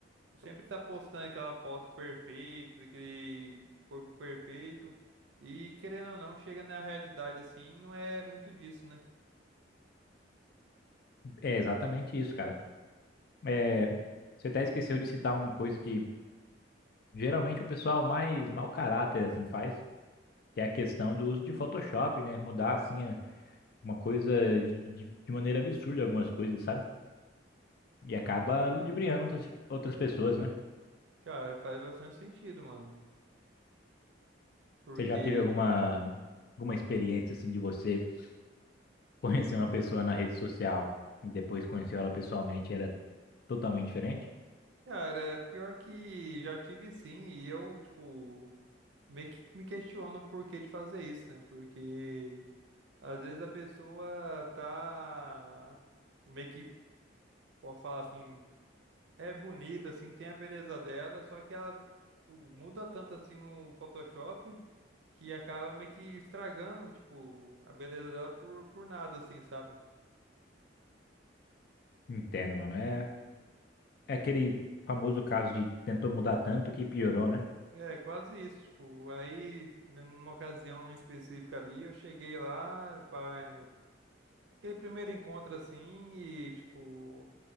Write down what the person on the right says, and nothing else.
sempre tá postando aquela foto perfeita, aquele corpo perfeito, e querendo ou não, chega na realidade, assim, não é muito disso, né?
Ah.
Cara, faz bastante sentido, mano. Porque,
cara, é pior que já tive sim, e eu, tipo, meio que me questiono o porquê de fazer isso, né? Porque às vezes a pessoa tá meio que pode falar assim, é bonita, assim, tem a beleza dela, só que ela tipo, muda tanto assim no Photoshop que acaba meio que estragando, tipo, a beleza dela por, por nada, assim, sabe?
É, quase isso, tipo, aí numa ocasião específica ali, eu cheguei lá para aquele primeiro encontro assim e tipo,